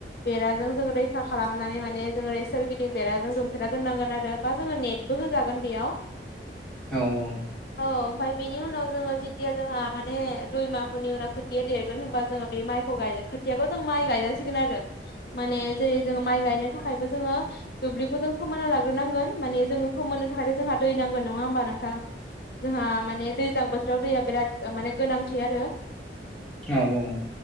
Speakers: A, on the left (about 60°); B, in the centre.
A: बेराजों जों रैखा खालामनानै माने जों ओरै सोरगिदिं बेरा जों दुमथेना दोननांगोन आरो बा जोङो नेटबो होजागोन बेयाव।
B: औ औ
A: अ ओमफाय बिनि उनाव जोङो जितिया जोंहा माने दुइमाहफोरनि उनाव खोथिया देरगोन होनबा जोङो बे माइ खौगाय खोथियाखौ जों माइ गायजासिगोन आरो माने जेरै जों माइ गायनो थाखायबो जोङो दुब्लिखौ जों फोमोना लाग्रोनांगोन माने जोङो फोमोननो थाखायथ' जोंहा दै नांगोन नङा होमबा नोंथां जोंहा माने दैज्लां बोथोराव दैया बिराद ओ माने गोनांथि आरो
B: औ औ